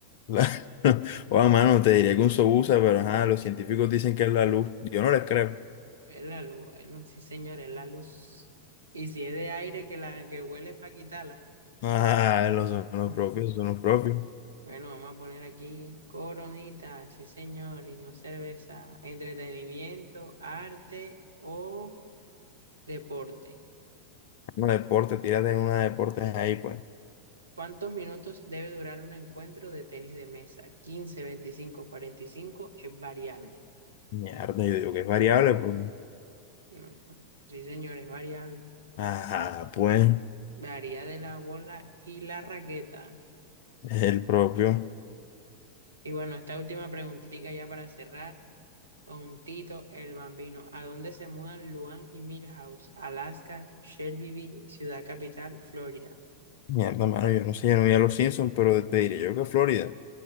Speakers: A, on the left; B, on the right.
A: La- <laughs> O a mano, te diría que un sobusa, pero ajá, los científicos dicen que es la luz. Yo no les creo.
B: Es la luz, bueno, sí señor, es la luz. Y si es de aire que la que huele es para quitarla.
A: Ah, <laughs> los son los
B: <laughs>
A: propios, son los propios.
B: Bueno, vamos a poner aquí coronita, sí señor, y no cerveza. Entretenimiento, arte o deporte.
A: Una deporte, tírate en una deportes ahí, pues.
B: ¿Cuántos minutos debe durar un encuentro de tenis de mesa? 15, 25, 45 es variable.
A: Mierda, yo digo que es variable, porque.
B: Mm, Sí, señor, es variable.
A: Ajá, pues,
B: Varía de la bola y la raqueta.
A: es el propio.
B: Y bueno, esta última preguntita ya para cerrar con Tito el Bambino. ¿A dónde se mudan Luan y Milhouse? Alaska, Shelbyville, Ciudad Capital, Florida.
A: Mierda, mano, yo no sé, yo no vi a los Simpsons, pero te diría yo que Florida.